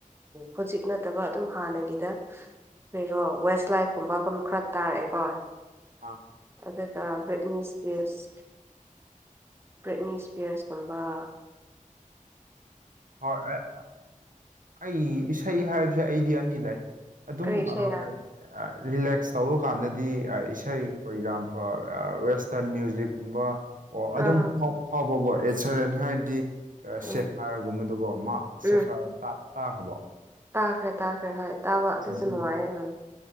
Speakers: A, on the right; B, on the right.
A: ꯍꯧꯖꯤꯛ ꯅꯠꯇꯕ ꯑꯗꯨꯝ ꯍꯥꯟꯅꯒꯤꯗ ꯀꯔꯤꯔꯣ ꯋꯦꯁ ꯂꯥꯏꯐ ꯀꯨꯝꯕ ꯈꯔ ꯇꯥꯔꯛꯑꯦꯀꯣ
B: ꯑꯥ
A: ꯑꯗꯨꯒ ꯕ꯭ꯔꯦꯠꯅꯤꯁ ꯢꯁꯀꯤꯟ <unintelligible> ꯏꯁꯄꯤꯌꯁꯀꯨꯝꯕ
B: ꯍꯣꯏ ꯑꯩꯒꯤ ꯏꯁꯩ ꯍꯥꯏꯕꯁꯦ ꯑꯩꯗꯤ ꯑꯅꯤ ꯂꯩ ꯑꯗꯨꯝ
A: ꯀꯔꯤ ꯏꯁꯩꯔ
B: ꯀꯩ ꯔꯤꯂꯦꯛꯁ ꯇꯧꯕ ꯀꯥꯟꯗꯗꯤ ꯏꯁꯩ ꯐꯣꯔ ꯑꯦꯛꯖꯥꯝꯄꯜ ꯋꯦꯁꯇꯔꯟ ꯃ꯭ꯌꯨꯖꯤꯛ ꯀꯨꯝꯕ ꯑꯣ
A: ꯑꯥ
B: ꯑꯗꯨꯝ ꯐꯥꯎꯕꯀꯣ ꯑꯦ ꯁꯔꯦꯟ ꯍꯥꯏꯔꯗꯤ
A: ꯎꯝ
B: ꯁꯦꯐꯥꯏ ꯒꯨꯝꯕꯗꯨꯒꯣ ꯃꯥ ꯁꯦꯐꯥꯏ
A: ꯎꯝ
B: ꯇꯥꯈ꯭ꯔꯕꯣ
A: ꯇꯥꯈ꯭ꯔꯦ ꯇꯥꯈ꯭ꯔꯦ ꯍꯣꯏ ꯇꯥꯕ ꯑꯗꯨꯁꯨ
B: ꯑꯗꯨ
A: ꯅꯨꯡꯉꯥꯏꯌꯦ ꯎꯝ